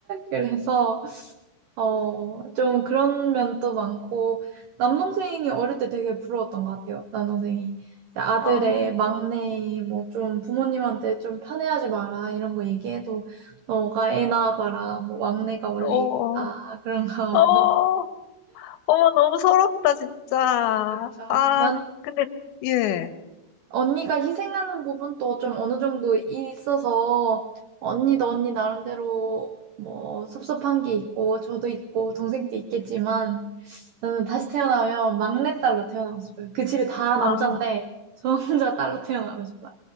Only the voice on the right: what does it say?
그래서 어, 좀 그런 면도 많고, 남동생이 어릴 때 되게 부러웠던 것 같아요. 남동생이. 이제 아들의
막내, 뭐 좀 부모님한테 좀 편애하지 마라, 이런 거 얘기해도, 너가 애 낳아봐라, 뭐 막내가 원래
이쁘다, 그런 거 하고.
그렇죠.
난
언니가 희생하는 부분도 좀 어느 정도 있어서, 언니도 언니 나름대로 뭐 섭섭한 게 있고, 저도 있고, 동생도 있겠지만, 저는 다시 태어나면 막내딸로 태어나고 싶어요. 그 집이 다 남잔데
저 혼자 딸로 태어나고 싶어요.